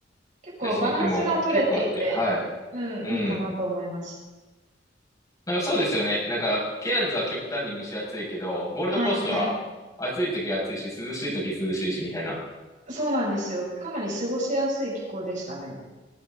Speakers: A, on the right; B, on the left.
A: 結構バランスが取れていて、
B: ヤシの木も結構あって、はい。
A: うん、
B: うん。
A: いいかなと思います。
B: なんかそうですよね。なんか、ケアンズは極端に蒸し暑いけど、ゴールドコーストは暑い時は暑いし、
A: はい、はい。
B: 涼しい時涼しいし、みたいな。
A: そうなんですよ。かなり過ごしやすい気候でしたね。